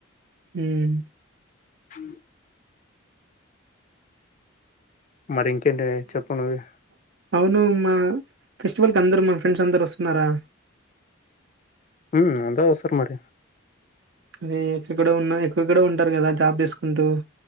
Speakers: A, on the right; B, on the left.
A: ఉమ్
B: ఉమ్ మరి ఇంకేంటే చెప్పు నువే
A: ఔను మా ఫెస్టివల్ కి అందరు మా ఫ్రెండ్స్ అందరు వస్తున్నరా
B: ఉమ్ అంత వస్తర్ మరి
A: అదే ఎక్కడో ఉన్నా ఎక్కక్కోడో ఉంటరు గదా జాబ్ జేస్ కుంటూ